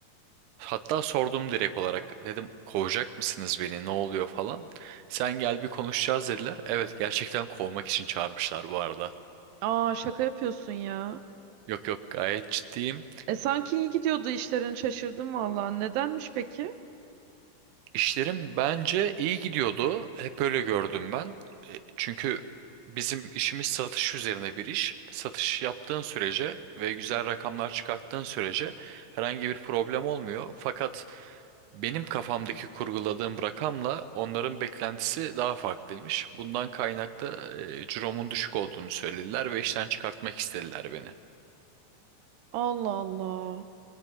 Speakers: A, on the right; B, on the right.
A: Hatta sordum direkt olarak. Dedim kovacak mısınız beni? Ne oluyor falan. Sen gel bir konuşacağız dediler. Evet gerçekten kovmak için çağırmışlar bu arada.
B: Aa şaka yapıyorsun ya.
A: Yok yok gayet ciddiyim.
B: E sanki iyi gidiyordu işlerin şaşırdım valla. Nedenmiş peki?
A: İşlerim bence iyi gidiyordu. Hep öyle gördüm ben. E, Çünkü bizim işimiz satış üzerine bir iş. Satış yaptığın sürece ve güzel rakamlar çıkarttığın sürece herhangi bir problem olmuyor. Fakat benim kafamdaki kurguladığım rakamla onların beklentisi daha farklıymış. Bundan kaynaklı e, ciromun düşük olduğunu söylediler ve işten çıkartmak istediler beni.
B: Allah Allah.